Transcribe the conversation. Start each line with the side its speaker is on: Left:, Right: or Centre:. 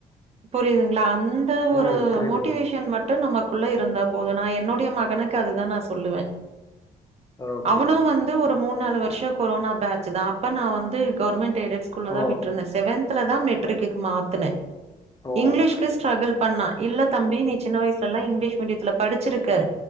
Right: புரியுதுங்களா அந்த ஒரு
Left: ம் புரியுது
Right: மோட்டிவேஷன்
Left: மேம்
Right: மட் டு நமக்குள்ள இருந்தா போது நா என்னுடைய மகனுக்கு அதுதா நா சொல்லுவே
Left: ஓகே
Right: அவனு
Left: மேம்
Right: வந்து ஒரு மூணு நாலு வருஷோ கொரோனா பேஞ்சுதா அப்ப நா வந்து கவர்மெண்ட் எய்டட் ஸ்கூல்ளல
Left: ஓ
Right: தா விட்டுருந்தே செவன்தல தா மெட்ரிக்கு மாத்துனே
Left: ஓ
Right: இங்கிலீஷ்க்கு ஸ்ரகுள் பண்ணா இல்ல தம்பி நீ சின்ன வயசுல எல்லா இங்கிலீஷ் மீடியத்துல படிச்சிருக்க